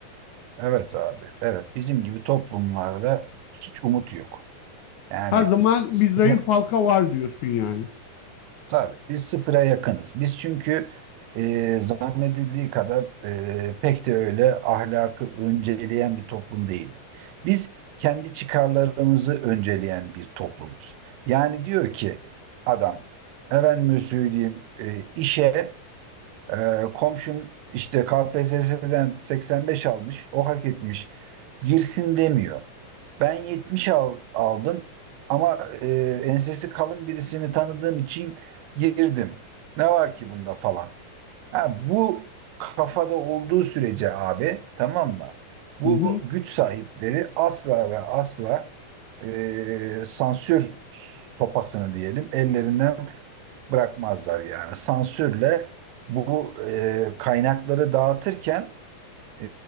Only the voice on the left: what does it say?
Her zaman
bir zayıf halka var diyorsun yani.
Hı hı,